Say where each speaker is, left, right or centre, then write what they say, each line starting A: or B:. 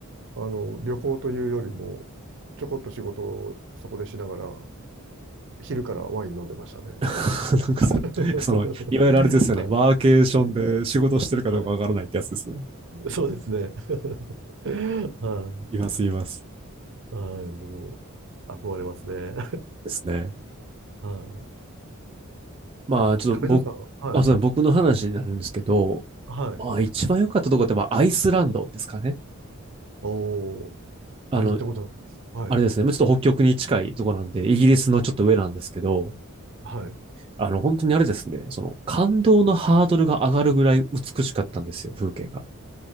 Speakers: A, on the right; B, on the right.
A: あの、旅行というよりも、ちょこっと仕事をそこでしながら、昼からワイン飲んでましたね。
B: <laughs> なんかそ、
A: <laughs>
B: その、いわゆるあれですよね。
A: は
B: ワーケーションで仕事してるかどうかわからないってやつですね。
A: い。はい。はいそうですね。<laughs> は
B: います、います。
A: い。はい。もう、憧れますね。
B: ですね。
A: <laughs> は
B: まあちょっと僕、
A: い。いやー、亀田さん、はい。
B: あ、そうだ僕の話になるんですけど、
A: はい。
B: まあ、一番良かったところって、まあ、アイスランドですかね。
A: おー。
B: あの、
A: あ、行ったことないです。はい。
B: あれですね。ちょっと北極に近いところなんで、イギリスのちょっと上なんですけど、
A: はい。はい。
B: あの、本当にあれですね。その、感動のハードルが上がるぐらい美しかったんですよ、風景が。